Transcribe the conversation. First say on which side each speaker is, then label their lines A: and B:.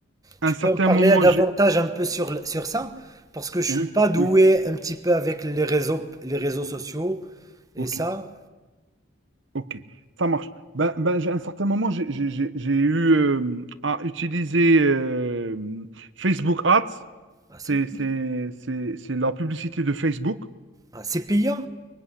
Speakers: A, on the right; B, on the right.
A: À
B: Tu
A: un certain
B: peux me parler
A: moment,
B: davantage
A: j'ai...
B: un peu sur, sur ça? Parce que je
A: Oui,
B: suis pas doué
A: oui,
B: un petit peu avec les réseaux, les réseaux sociaux
A: ok,
B: et ça.
A: ok, ça marche. Ben, ben, j'ai- à un certain moment, j'ai j'ai- j'ai- j'ai eu euh, à utiliser euh, Facebook Ads.
B: Ah, c'est
A: C'est
B: bien.
A: c'est- c'est- c'est la publicité de Facebook.
B: Ah, c'est payant?